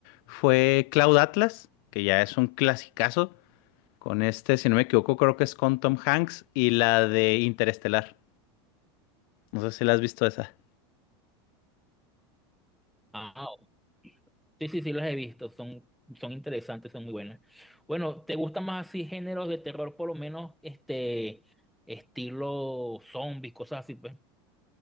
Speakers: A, on the left (about 55°); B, in the centre.
A: fue Cloud Atlas, que ya es un clasicazo. Con este, si no me equivoco, creo que es con Tom Hanks y la de Interestelar. No sé si la has visto esa.
B: Ah, sí, sí, sí, las he visto, son, son interesantes, son muy buenas. Bueno, ¿te gustan más así géneros de terror, por lo menos, este, estilo zombies, cosas así, pues?